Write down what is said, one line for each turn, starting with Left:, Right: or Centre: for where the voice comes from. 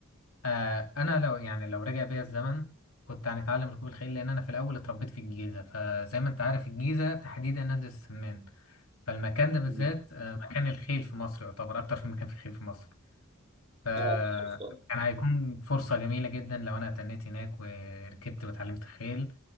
Left: آه، أنا لو يعني لو رجع بيا الزمن كنت هنتعلم ركوب الخيل لأن أنا في الأول اتربيت في الجيزة فزي ما أنت عارف الجيزة تحديدا نادي السمان فالمكان ده بالذات
Right: مم.
Left: آه، مكان الخيل في مصر يعتبر أكتر في مكان في الخيل في مصر فكان
Right: آه، عارفها.
Left: هيكون فرصة جميلة جدا لو أنا تنيت هناك وركبت واتعلمت خيل